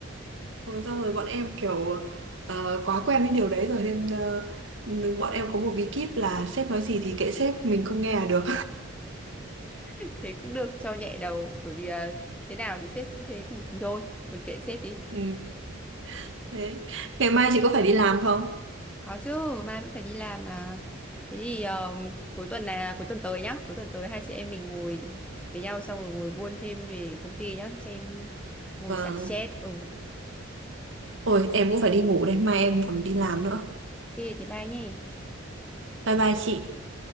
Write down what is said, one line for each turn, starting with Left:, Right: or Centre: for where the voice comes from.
Right: Rồi xong rồi bọn em kiểu ờ, quá quen với điều đấy rồi nên ờ, nên bọn em có một bí kíp là sếp nói gì thì kệ sếp mình không nghe là được
Centre: <laughs> thế cũng được cho nhẹ đầu bởi vì à, thế nào thì sếp cũng thế thì thì thôi thôi kệ sếp đi
Right: <laughs> ừ. thế ngày mai chị có phải đi làm không
Centre: Có chứ, mai vẫn phải đi làm mà. Thế thì ờ, cuối tuần này, là cuối tuần tới nhá, cuối tuần tới hai chị em mình ngồi với nhau xong rồi ngồi buôn thêm về công ty nhá, xem ngồi
Right: vâng
Centre: xả stress. Ừ, ok,
Right: ôi em cũng phải đi ngủ đây mai em còn đi làm nữa
Centre: thế bye nhé.
Right: bye bye chị